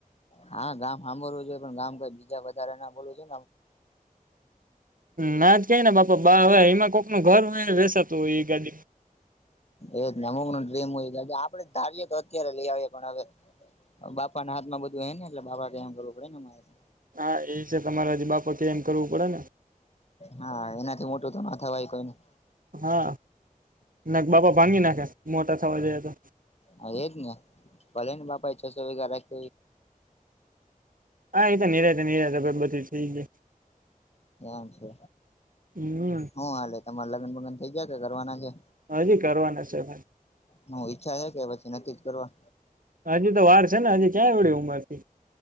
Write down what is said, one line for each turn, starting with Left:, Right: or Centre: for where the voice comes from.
Left: હા ગામ સાંભળવું જોઈએ પણ ગામ કઈ બીજા વધારે એ ના બોલું છે
Right: ના જ કય ને બાપા બા હવે હમા કોકનુંું ઘર હોય બેસાતું એ ગાડી
Left: એજને અમુક નું ડ્રીમ હોય ગ આપડે ધારીએ તો અત્યારે લઈ આવીએ પણ હવે બાપા ના હા માં બધું હ ને એટલે બાા એમ કરું પડેને મારે
Right: હા એ છે તમારે હજી બાપ કે એમ કરવું પડે ને
Left: હા એનાથી મોટું તો ના થવાય કોઈ
Right: હા ના બાપા ભાંગી નાખે મોટા થવા જએ તો
Left: હ એજ ને ભલે ને બાપા એ છસો વેગા રાખ
Right: હા ન જત નનીત બધી છેીે
Left: એમ છે
Right: હમ
Left: હું હાલે તમારે લગન ભગન થઇ જાય કે કરવાના છે
Right: હજી કરવાના છે ભ
Left: હું ઈચ્છા છે કે પછી નક્ જ કરવા
Right: હજુ તો વાર છે ને હજે ક્યાંય વળી ઉંમર થી